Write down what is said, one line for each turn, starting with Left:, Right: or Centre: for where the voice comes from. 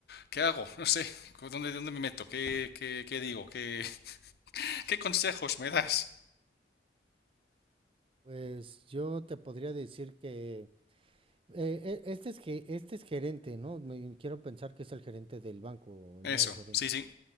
Left: ¿qué hago? No sé, ¿dónde, dónde me meto? ¿Qué, qué, qué digo? ¿Qué, <laughs> qué consejos me das?
Right: Pues yo te podría decir que eh, e- este es que este es gerente, ¿no? Me- quiero pensar que es el gerente del banco, o el
Left: Eso,
Right: nuevo gerente.
Left: sí, sí,